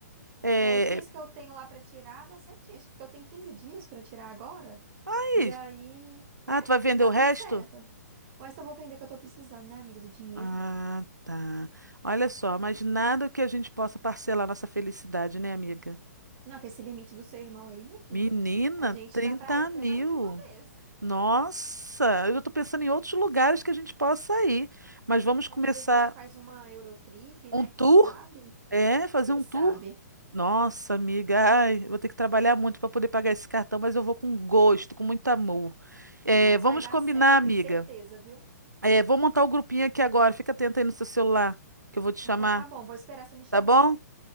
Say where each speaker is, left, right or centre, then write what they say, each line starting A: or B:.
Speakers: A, on the right; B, on the right.
A: É...
B: É, os dias que eu tenho lá pra tirar, dá certinho. Acho que eu tenho 15 dias pra tirar agora.
A: aí?
B: E aí, né?
A: Ah, tu vai vender
B: Dá
A: o resto?
B: tudo certo. Mas eu vou vender que eu tô precisando, né, amiga, do dinheiro.
A: Ah, tá. Olha só, mas nada que a gente possa parcelar nossa felicidade, né, amiga?
B: Não, que esse limite do seu irmão aí, minha filha,
A: Menina,
B: a gente
A: 30
B: dá pra ir até
A: mil.
B: mais de uma vez.
A: Nossa, eu já estou pensando em outros lugares que a gente possa ir. Mas vamos
B: Talvez
A: começar
B: a gente faz uma Eurotrip,
A: um
B: né?
A: tour?
B: Quem sabe?
A: É, fazer
B: Quem
A: um
B: sabe?
A: tour? Nossa, amiga, ai, eu vou ter que trabalhar muito para poder pagar esse cartão, mas eu vou com gosto, com muito amor. É,
B: Mas
A: vamos
B: vai dar
A: combinar,
B: certo, eu
A: amiga.
B: tenho certeza, viu?
A: É, vou montar o grupinho aqui agora. Fica atenta aí no seu celular, que eu vou te chamar,
B: Então tá bom, vou esperar você me chamar.
A: tá bom?